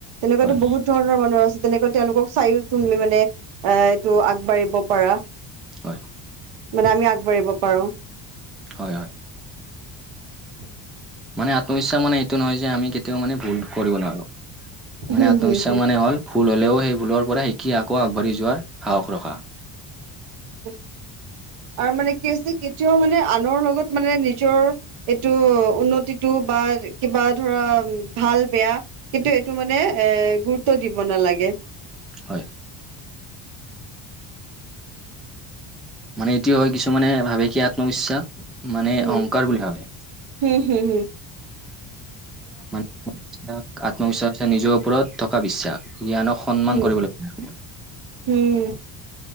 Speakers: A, on the right; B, in the centre.
A: তেনেকুৱাতো
B: হয়
A: বহুত ধৰণৰ মানুহ আছে তেনেকুৱা তেওঁলোকক চাইও তুমি মানে এ এইটো আগবাঢ়িব পাৰা
B: হয়
A: মানে আমি আগবাঢ়িব পাৰো
B: হয় হয়
A: <inaudible>
B: মানে আত্মবিশ্বাস মানে এইটো নহয় যে আমি কেতিয়াও মানে ভুল কৰিব নোৱাৰো মানে
A: হম
B: আত্মবিশ্বাস
A: হম
B: মানে হ'ল ভুল হ'লেও সেই ভুলৰ পৰা শিকি আকৌ আগবাঢ়ি যোৱাৰ হাহখ ৰখা <unintelligible>
A: উম আৰু মানে কি হৈছে কেতিয়াও মানে আনৰ লগত মানে নিজৰ এইটো উন্নতিটো বা কিবা ধৰা ভাল বেয়া কিন্তু এইটো মানে এ গুৰুত্ব দিব নালাগে এ
B: হয় মানে এইটোও হয় কিছুমানানে ভাবে কি আত্মবিশ্বাস মানে
A: উম
B: অহংকাৰ বুলি ভাবে
A: হম হম হুম
B: মানে আত্মবিশ্বাসে নিজৰ ওপৰত থকা বিশ্বাস জ্ঞানক সন্মান
A: উম
B: কৰিব লাগিব
A: উম